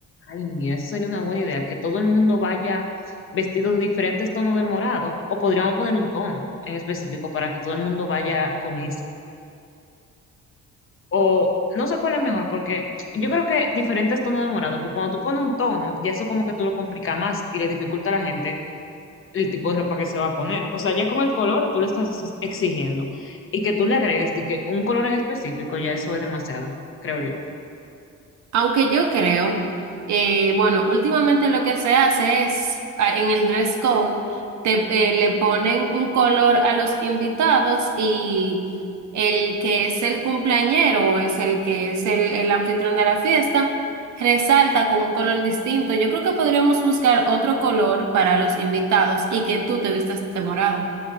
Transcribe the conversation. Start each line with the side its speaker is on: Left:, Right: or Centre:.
Left: Ay, mira, eso sería una buena idea, que todo el mundo vaya vestido de diferentes tonos de morado, o podríamos poner un tono en específico para que todo el mundo vaya con ese. O no sé cuál es mejor, porque yo creo que diferentes tonos de morado, porque cuando tú pones un tono, ya eso como que tú lo complica más y le dificulta a la gente el tipo de ropa que se va a poner. O sea, ya con el color tú le estás exi- exigiendo. Y que tú le agregues de que un color en específico, ya eso es demasiado, creo yo.
Right: Aunque yo creo, eh, bueno, últimamente lo que se hace es, ah, en el dress code, te, eh, le ponen un color a los invitados y el que es el cumpleañero o es el que es el, el anfitrión de la fiesta, resalta con un color distinto. Yo creo que podríamos buscar otro color para los invitados y que tú te vistas de morado.